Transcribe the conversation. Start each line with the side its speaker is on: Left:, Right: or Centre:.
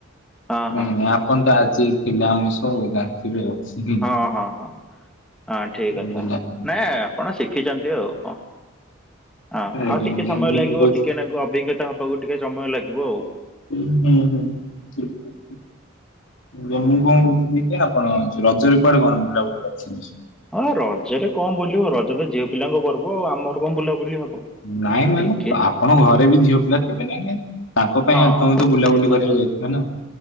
Centre: ହଁ ହଁ
Left: ନାଇଁ ନାଇଁ ଆପଣ ତ ଆଜି ଥିଲେ ଆମ ସହ ଜାଣିଥିବେ ଆଉ। ହୁଁ,
Centre: ହଁ ହଁ ହଁ ଅ ଠିକ କଥା
Left: ବୁଝିଲେ। ଆଜ୍ଞା
Centre: ନାଇଁ ଆପଣ ଶିଖିଚନ୍ତି ଆଉ କଣ। ହଁ
Left: ଆଜ୍ଞା।
Centre: ଆଉ ଟିକେ ସମୟ
Left: ମୁଁ
Centre: ଲାଗିବ
Left: କହୁଛି-
Centre: ଟିକେ ନାକୁ ଅଭିଜ୍ଞତା ହବାକୁ ଟିକେ ସମୟ ଲାଗିବ ଆଉ।
Left: ଉଁ ହୁଁ ହୁଁ ଠିକ୍ ଠିକ୍ ଠିକ୍। ଏ ଯୋଉ ମୁଁ କଣ କହୁଥିଲି କି ଆପଣ ଯୋଉ ରଜରେ କୁଆଡେ କଣ ବୁଲା ବୁଲି କରିଥିଲେ?
Centre: ହଁ ରଜରେ କଣ ବୁଲିବ ରଜ ତ ଝିଅ ପିଲାଙ୍କ ପର୍ବ ଆଉ ଆମର କଣ ବୁଲାବୁଲି ହବ।
Left: ନାଇଁ ମାନେ
Centre: ଟିକେ
Left: ଆପଣ ଘରେ ବି ଝିଅ ପିଲା ଥିବେ ନାଇ ନାଇଁ। ତାଙ୍କ ପାଇଁ
Centre: ହଁ
Left: ଆ ତମେ
Centre: ହଁ
Left: ତ ବୁଲାବୁଲି
Centre: ସେମାନେ
Left: କରିବାକୁ ଯାଇଥିବ ନା?